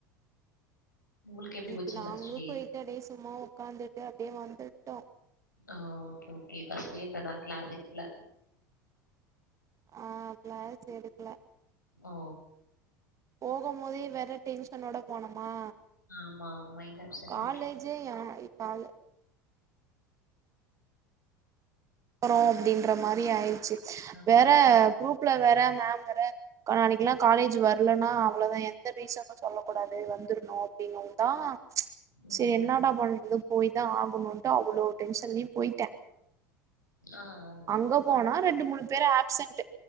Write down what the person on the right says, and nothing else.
இன்னைக்கி
நாங்களு
போய்ட்டு அப்டியே சும்மா ஒக்காந்துட்டு அப்டியே வந்துட்டோ
ஆ க்ளாஸ் எடுக்ல
போகு போதே வேற டென்ஷனோட போனோமா
காலேஜே
ஏ இப்ப அலு போறோ அப்டின்ற மாரி ஆய்ருச்சி
வேற குரூப்ல வேற மேம் வேற கா நாளைக்கிலா காலேஜ் வரலன்னா அவ்ளதா எந்த ரீசன் னு சொல்லக்கூடாது வந்துர்ணு அப்டின்னோவு தா
சே என்னடா பண்றது போய் தா ஆகணுன்ட்டு அவ்ளோ டென்ஷன்லயு போய்ட்டே
அங்க போனா ரெண்டு மூணு பேரு அப்சன்ட்டு